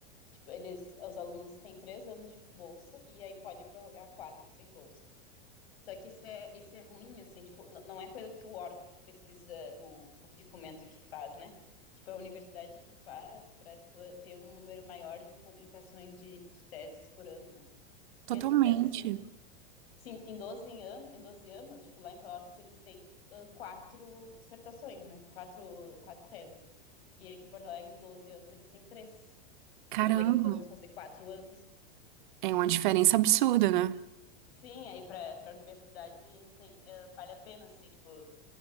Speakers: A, on the left; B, on the right.
A: Tipo, eles, os alunos têm três anos de bolsa e aí pode prorrogar quatro sem bolsa. Só que isso é, isso é ruim, assim, tipo, não é coisa que o órgão de pesquisa, o, de fomento que faz, né? Tipo, é a universidade que faz para tipo, ter um número maior de publicações de, de teses por ano, né? Porque
B: Totalmente.
A: tu pensa, se, se em, doze anos em 12 anos, tipo, lá em Pelotas eles têm ah, quatro dissertações, né? Quatro, quatro teses. E aqui em Porto Alegre, em 12 anos, eles têm três. Porque
B: Caramba.
A: eles deixam os alunos fazer quatro anos.
B: É uma diferença absurda, né?
A: Sim, aí para a universidade tem, ah, vale a pena, assim, tipo,